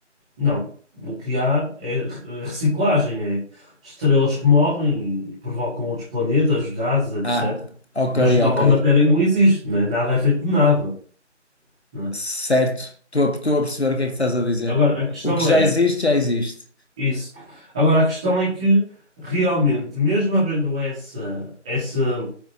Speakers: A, in the centre; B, on the left (about 60°).
A: não. O que há é eh, reciclagem, é estrelas que morrem e provocam outros planetas, gases, etc.
B: Ah, ok,
A: Mas nova
B: ok.
A: matéria não existe, né? Nada é feito de nada, né?
B: Certo. Estou a, estou a perceber o que é que estás a dizer.
A: Agora, a questão
B: O que já
A: é
B: existe, já existe.
A: isso. Agora, a questão é que realmente, mesmo havendo essa, essa,